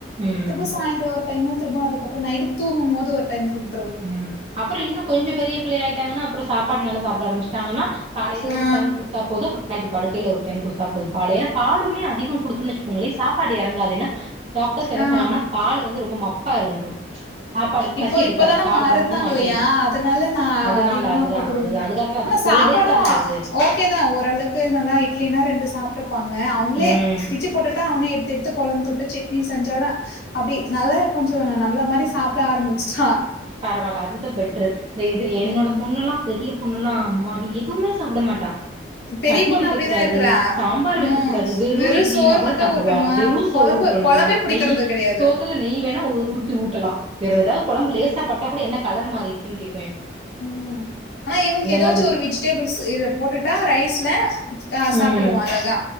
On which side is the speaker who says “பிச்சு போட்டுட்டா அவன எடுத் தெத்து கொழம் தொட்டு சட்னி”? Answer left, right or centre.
Left